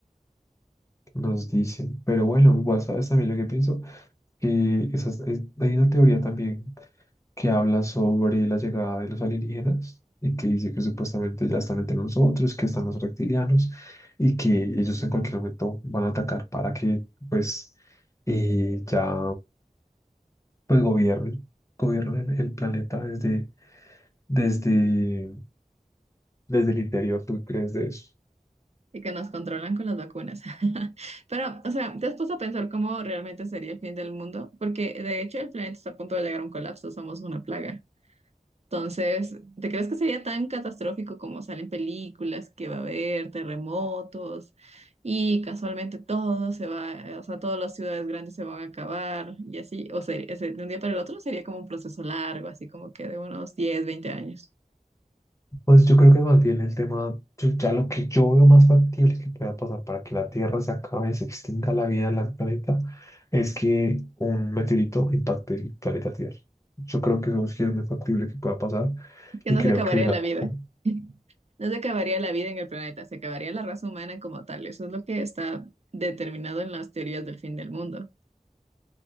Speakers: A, on the left (about 20°); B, on the right (about 50°).
A: nos dicen. Pero bueno, igual sabes también lo que pienso, que esas, es- hay una teoría también que habla sobre la llegada de los alienígenas y que dice que supuestamente ya están entre nosotros, que están los reptilianos y que ellos en cualquier momento van a atacar para que pues eh, ya pues gobiernen, gobiernen el planeta desde, desde, desde el interior. ¿Tú crees de eso?
B: y que nos controlan con las vacunas. <laughs> Pero, o sea, ¿te has puesto a pensar cómo realmente sería el fin del mundo? Porque de hecho el planeta está a punto de llegar a un colapso, somos una plaga. Entonces, ¿te crees que sería tan catastrófico como salen películas que va a haber terremotos y casualmente todo se va, o sea, todas las ciudades grandes se van a acabar y así? O sería, ese- de un día para el otro sería como un proceso largo, así como que de unos 10, 20 años.
A: Pues yo creo que más bien el tema, yo- ya lo que yo veo más factible que pueda pasar para que la Tierra se acabe, se extinga la vida en el planeta, es que un meteorito impacte el planeta Tierra. Yo creo que eso sí es muy factible que pueda pasar
B: Que
A: y
B: no
A: creo
B: se acabaría
A: que es
B: la
A: algo
B: vida.
A: como-
B: <laughs> No se acabaría la vida en el planeta, se acabaría la raza humana como tal. Eso es lo que está determinado en las teorías del fin del mundo.